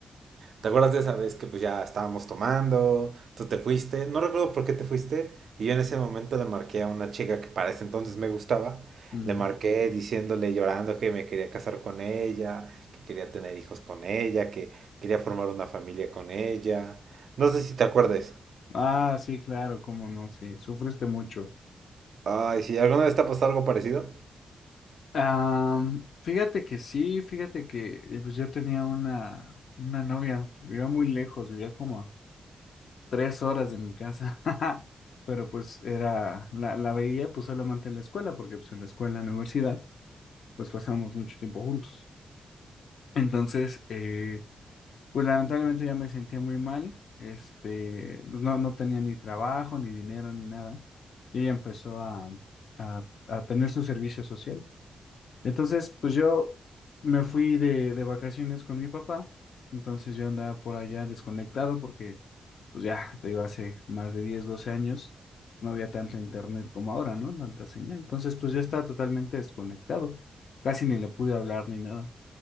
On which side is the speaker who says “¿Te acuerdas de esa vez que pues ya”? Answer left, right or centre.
Right